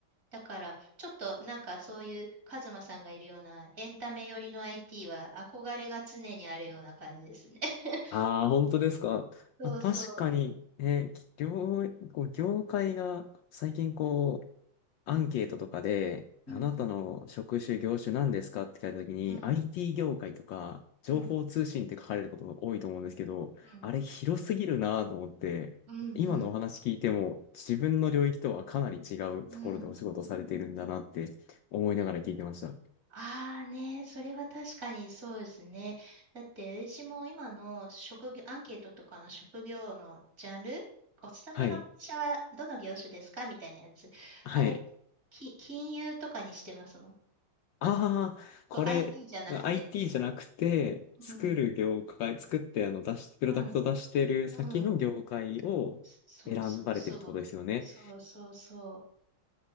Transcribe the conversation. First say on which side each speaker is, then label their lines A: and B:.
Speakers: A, on the right; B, on the left.
A: だから、ちょっとなんかそういうカズマさんがいるようなエンタメ寄りの IT は憧れが常にあるような感じですね。<laughs>
B: ああ、本当ですか。
A: そうそう。
B: あ、確かに、ね、き業、こう業界が最近こう、アンケートとかで、あなたの職種、
A: うんうん。
B: 業種何ですかって聞いたときに、
A: うん
B: IT 業界とか、情報通信って書かれることが多いと思うんですけど、
A: うん。う
B: あれ広すぎるなと思って、
A: んうんうん。
B: 今のお話聞いても、自分の領域とはかなり違うところでお仕事されているんだなって思いながら聞いてました。
A: うんああね、それは確かにそうですね。だって、私も今の職業、アンケートとかの職業のジャンル、お勤めの会社はどの業種ですかみたいなやつ。
B: はい。はい。
A: あれ、き、金融とかにしてますもん。
B: ああ、これ、
A: そう、IT じゃなくて。
B: IT じゃなくて、作る業界、
A: うん。
B: 作ってあの出し、プロダクト出してる先の業界を選ばれてるってことですよね。
A: うん。うん。そうそうそう。そうそうそ